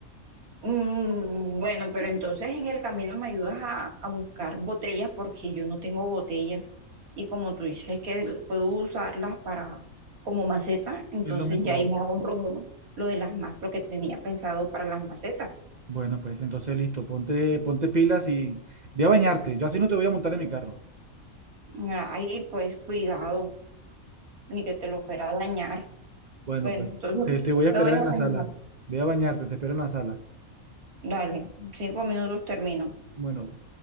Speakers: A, on the right; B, on the right.
A: Mm, bueno, pero entonces en el camino me ayudas a, a buscar botellas porque yo no tengo botellas y como tú dices que l- puedo usarlas para como maceta, entonces
B: es lo mejor.
A: ya ahí me ahorro lo de las más, lo que tenía pensado para las macetas.
B: Bueno, pues entonces listo, ponte, ponte pilas y ve a bañarte. Yo así no te voy a montar en mi carro.
A: Ah, Ahí pues cuidado, ni que te lo fuera a dañar.
B: Bueno,
A: Bueno,
B: pues
A: entonces
B: te, te voy a esperar
A: me voy a
B: en la
A: bañar.
B: sala. Ve a bañarte, te espero en la sala.
A: Dale, cinco minutos termino.
B: Bueno.